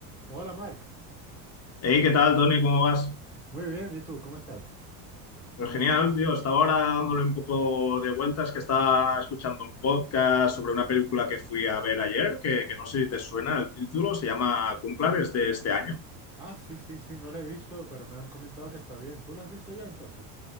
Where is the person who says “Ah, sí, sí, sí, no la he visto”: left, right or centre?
Centre